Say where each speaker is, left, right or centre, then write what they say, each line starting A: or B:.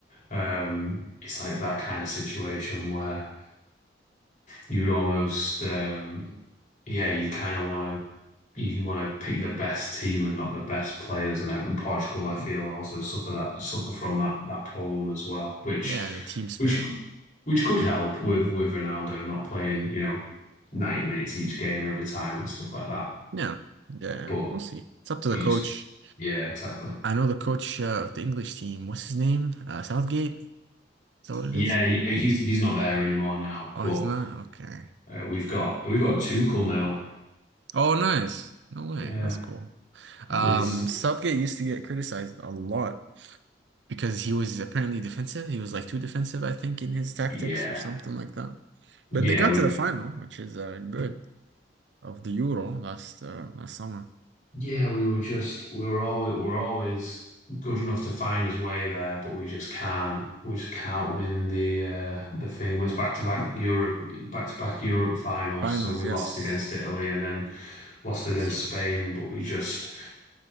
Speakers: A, on the left; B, on the right.
A: Um, it's like that kind of situation where you almost, um, yeah, you kind of want to you want to pick the best team and not the best players. And out in Portugal, I feel also suffer that suffer from that that problem as well, which
B: Yeah, the team spirit.
A: which which could help with with Ronaldo not playing, you know, 90 minutes each game every time and stuff like that.
B: Yeah. Yeah, yeah.
A: But
B: we'll see. It's up to
A: but
B: the coach.
A: you, st- yeah, exactly.
B: I know the coach uh, of the English team. What's his name? Uh, Southgate? Is that what it
A: Yeah,
B: is?
A: he- he's he's not there anymore now.
B: Oh,
A: But
B: he's not? Okay.
A: uh, we've got we've got Tuchel now,
B: Oh, nice. No way.
A: Yeah.
B: That's cool.
A: There's
B: Um, Southgate used to get criticized a lot because he was apparently defensive. He was like too defensive, I think, in his tactics
A: yeah.
B: or something like that.
A: Yeah,
B: But they got
A: we
B: to the final, which is uh, good of the Euro last uh, last summer.
A: yeah, we were just we were always we we're always good enough to find his way there, but we just can't we just can't win the uh the thing. It was back to back Europe back to back Europe finals,
B: Finals,
A: so we
B: yes,
A: lost against Italy and then lost
B: that's
A: against
B: true.
A: Spain, but we just